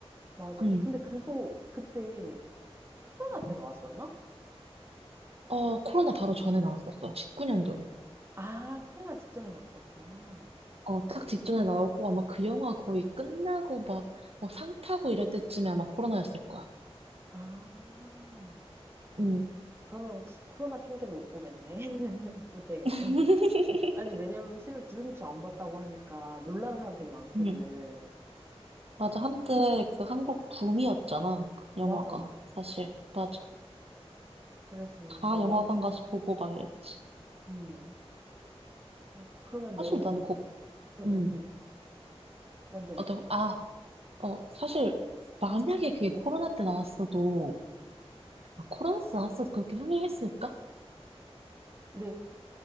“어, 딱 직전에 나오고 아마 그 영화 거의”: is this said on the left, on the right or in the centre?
Right